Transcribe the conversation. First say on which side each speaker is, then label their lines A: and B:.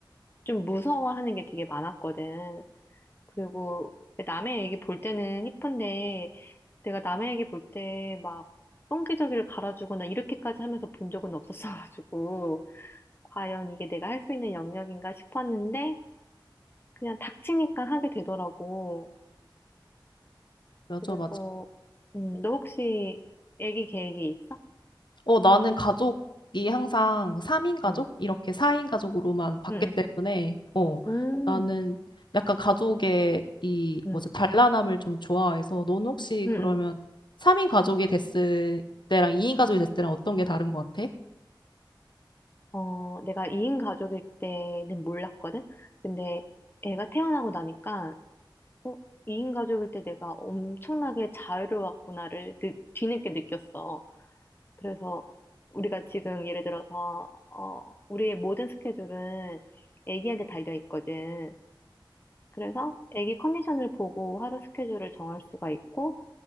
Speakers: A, on the left; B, on the left.
A: 좀 무서워하는 게 되게 많았거든. 그리고 그 남의 얘기 볼 때는 이쁜데 내가 남의 얘기 볼 때 막 똥기저귀를 갈아주거나 이렇게까지 하면서 본 적은 없었어가지고 과연 이게 내가 할 수 있는 영역인가 싶었는데 그냥 닥치니까 하게 되더라고.
B: 맞아,
A: 그래서,
B: 맞아.
A: 음, 너 혹시 애기 계획이 있어?
B: 어, 나는 가족이 항상 3인 가족?
A: 응,
B: 이렇게 4인 가족으로만 봤기
A: 응,
B: 때문에, 어,
A: 응,
B: 나는 약간 가족의 이,
A: 응,
B: 뭐지, 단란함을 좀 좋아해서, 넌 혹시
A: 응,
B: 그러면
A: 응.
B: 3인 가족이 됐을 때랑 2인 가족이 됐을 때랑 어떤 게 다른 것 같아?
A: 어, 내가 2인 가족일 때는 몰랐거든? 근데 애가 태어나고 나니까, 어, 2인 가족일 때 내가 엄청나게 자유로웠구나를 늦, 뒤늦게 느꼈어. 그래서 우리가 지금 예를 들어서, 어, 우리의 모든 스케줄은 애기한테 달려 있거든. 그래서 애기 컨디션을 보고 하루 스케줄을 정할 수가 있고,